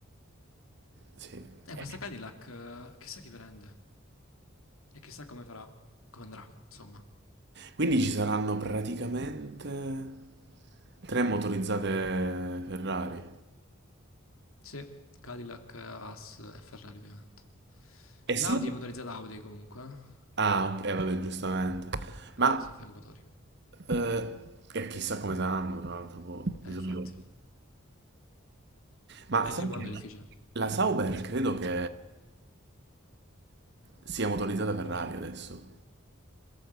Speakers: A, on the right; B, on the left.
A: sì.
B: Eh,
A: Eh,
B: questa Cadillac, eh, chissà chi prende e chissà come farà, come andrà, insomma.
A: Quindi ci saranno praticamente tre motorizzate Ferrari.
B: Sì, Cadillac, eh, Haas e Ferrari, ovviamente.
A: E
B: L'Audi
A: sa-
B: è motorizzata Audi, comunque, eh,
A: Ah, ok, eh, vabbè, giustamente.
B: quindi
A: Ma
B: si fa i motori.
A: eh, eh, chissà come saranno, tra l'altro, boh,
B: Eh,
A: di solito.
B: infatti.
A: Ma
B: Beh,
A: sai
B: il primo
A: che
B: anno è difficile.
A: la Sauber credo che sia motorizzata Ferrari adesso.